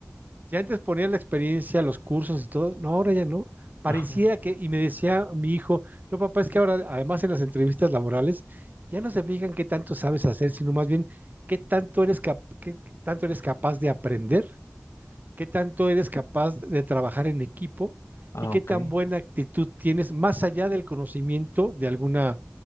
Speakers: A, on the right; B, on the left.
A: Si antes ponía la experiencia, los cursos y todo, no, ahora ya no. parecía
B: Ajá.
A: que, y me decía mi hijo, no, papá, es que ahora, además en las entrevistas laborales, ya no se fijan qué tanto sabes hacer, sino más bien qué tanto eres, cap- qué qué tanto eres capaz de aprender qué tanto eres capaz de trabajar en equipo
B: Ah,
A: y qué
B: ok.
A: tan buena actitud tienes más allá del conocimiento de alguna